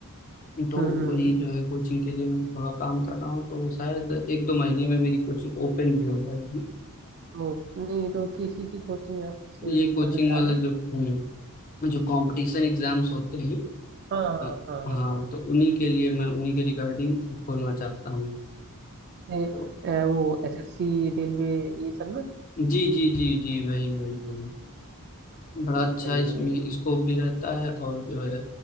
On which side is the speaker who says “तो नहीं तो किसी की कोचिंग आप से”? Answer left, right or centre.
Right